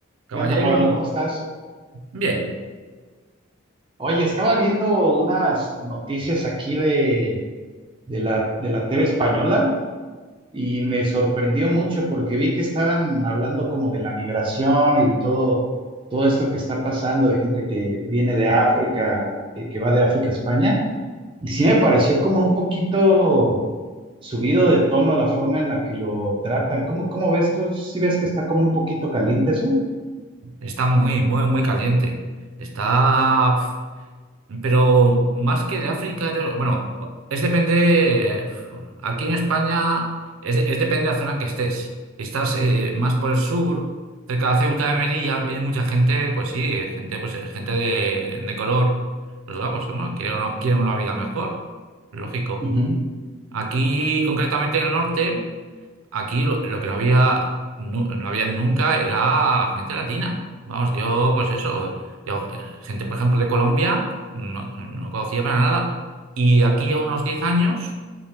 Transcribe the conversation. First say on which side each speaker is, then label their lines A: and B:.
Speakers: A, on the right; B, on the right.
A: Caballero,
B: ¿Qué onda, Pablo? ¿Cómo estás?
A: bien,
B: Oye, estaba viendo unas noticias aquí de, de la, de la TV española y me sorprendió mucho porque vi que estaban hablando como de la migración y de todo, todo esto que está pasando, de gente que viene de África, que, que va de África a España. Y sí me pareció como un poquito subido de tono la forma en la que lo tratan. ¿Cómo, cómo ves tú? ¿Sí ves que está como un poquito caliente eso?
A: está muy, muy, muy caliente. Está, pf, pero más que de África, de- bueno, es depende, eh, pf, aquí en España es, es depende de la zona en que estés. Si estás eh, más por el sur, cerca de Ceuta de Melilla, viene mucha gente, pues sí, eh, gente, pues eh, gente de, de color, pues, va, pues bueno, quieren una, quieren una vida mejor, lógico.
B: Ujú.
A: Aquí, concretamente en el norte, aquí lo, lo que no había, nu- no, había nunca era gente latina. Vamos, yo, pues eso, yo, eh, gente, por ejemplo, de Colombia, no, no conocía para nada. Y de aquí a unos 10 años.